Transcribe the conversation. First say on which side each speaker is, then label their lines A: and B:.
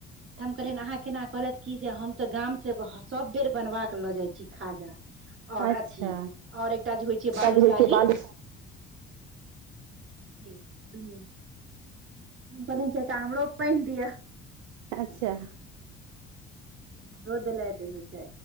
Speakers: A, on the right; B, on the right.
A: तऽ हम कहलियनि अहाँ केना कहलथि कि जे हम तऽ गाम से सभ बेर बनवा क लऽ जाइ छी खाजा आओर
B: अच्छा
A: अथी आओर एकटा जे होइ छै बालूशाही
B: काज होइ छै बालू
A: ई दूनू <unintelligible>
B: अच्छा
A: हमरो देलथि ओय मे से